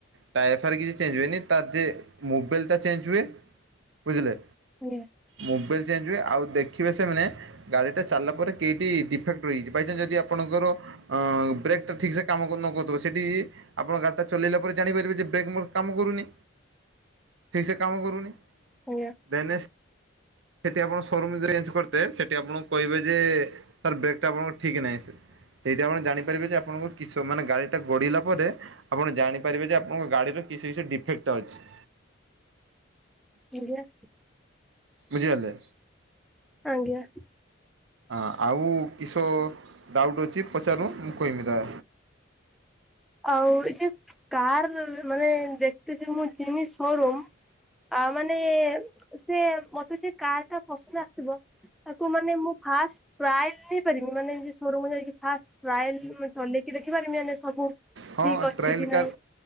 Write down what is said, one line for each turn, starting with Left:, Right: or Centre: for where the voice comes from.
Right: ଟାୟର ଫାର୍ କି ଚେଞଜ ହୁଏନି ତାର ଯେ ମୋବିଲ ଟା ଚେଞ୍ଜ ହୁଏ ବୁଝିଲେ।
Centre: ଆଜ୍ଞା
Right: ମୋବିଲ ଚେଞ୍ଜ ହୁଏ ଆଉ ଦେଖିବେ ସେମାନେ ଗାଡି ଟା ଚାଲିଲା ପରେ ଡିଫେକ୍ ବାଇଚାନ୍ସ ଯଦି ଆପଣଙ୍କର ବ୍ରେକ୍ଟା ଠିକ୍ସେ କାମ ନ କରୁଥିବ ସେଇଠି ଆପଣ ଗାଡି ଟା ଚଲେଇଲା ପରେ ଜାଣିପାରିବେ ଯେ ବ୍ରେକ୍ ମୋର କାମ କରୁନି। ଠିକ ସେ କାମ କରୁନି
Centre: ଆଜ୍ଞା
Right: ଦେନେଶ ସେଇଠି ଆପଣ ସୋରୁମ୍ ଯଦି ରେଞ୍ଜ କରିଥେ ସେଠି ଆପଣଙ୍କୁ କହିବେ ଯେ ସାର୍ ବ୍ରେକ୍ଟା ଆପଣଙ୍କ ଠିକ୍ ନାହିଁ ସାର୍। ସେଇଟା ଆପଣ ଜାଣିପାରିବେ ଯେ ଆପଣଙ୍କ କିସ ମାନେ ଗାଡି ଟା ଗଡିଲା ପରେ‌ ଆପଣ ଜାଣିପାରିବେ ଯେ ଆପଣଙ୍କ ଗାଡିର କିଛି କିଛି ଡିଫେକ୍ଟ ଅଛି।
Centre: ନିଜ
Right: ବୁଝିିପାରିଲେ।
Centre: ଆଜ୍ଞା।
Right: ହଁ ଆଉ କିସ ଡାଉଟ୍ ଅଛି ପଚାରୁ ମୁଁ କହିମି ତା।
Centre: ଆଉ ଏ ଯେ କାର ମାନେ ଦେଖ ଯେ ମୁଁ ଯେମି ସୋରୁମ୍ ଆ ମାନେ ସେ ମତେ ଟ କାର୍ ଟା ପସନ୍ଦ ଆସିବ। ତାକୁ ମାନେ ମୁଁ ଫାଷ୍ଟ ଟ୍ରାଏଲ ନେଇପାରି ମାନେ ସୋରୁମ୍ ଯାଇକି ଫାର୍ଷ୍ଟ ଟ୍ରାଏଲ୍ ଚଲେଇକି ଦେଖିବା ମାନେ ସବୁ।
Right: ହଁ
Centre: ଠିକ ଅଛି
Right: ଟ୍ରାଏଲ୍।
Centre: କି ନାଇଁ